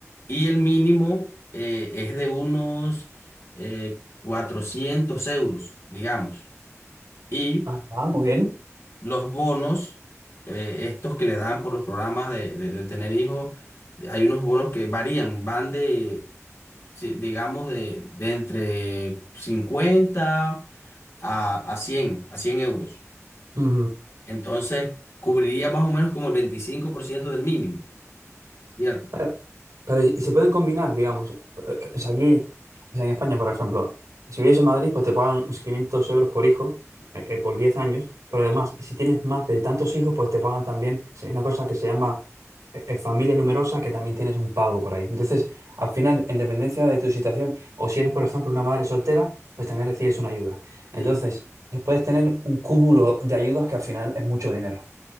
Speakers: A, on the left; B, on the right.
A: y el mínimo eh, es de unos eh, 400 euros, digamos. y
B: Ah, ah, muy bien.
A: los bonos, eh, estos que le dan por los programas de, de- de tener hijos, hay unos bonos que varían, van de, si- digamos, de, de entre 50 a, a cien a 100 euros.
B: Ujú.
A: Entonces, cubriría más o menos como el 25% del mínimo, ¿cierto?
B: Eh, Pero, y se pueden combinar, digamos, eh, eh, es aquí, es en España, por ejemplo, si vives en Madrid, pues te pagan unos 500 euros por hijo, eh, eh, por 10 años, pero además, si tienes más de tantos hijos, pues te pagan también, o sea, hay una cosa que se llama eh, eh, familia numerosa, que también tienes un pago por ahí. Entonces, al final, en dependencia de tu situación, o si eres, por ejemplo, una madre soltera, pues también recibes una ayuda. Entonces,
A: Sí,
B: puedes tener un cúmulo de ayudas que al final es mucho dinero.